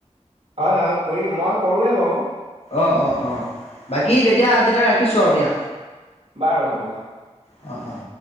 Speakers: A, on the right; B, on the left.
A: হয় হয় কৰিম মই কৰোঁৱেই বাৰু
B: অঁ
A: উম,
B: অঁ অঁ বাকী তেতিয়া আজিলৈ ৰাখিছোঁ আৰু দিয়া
A: বাৰু হ'ব অ
B: অ অ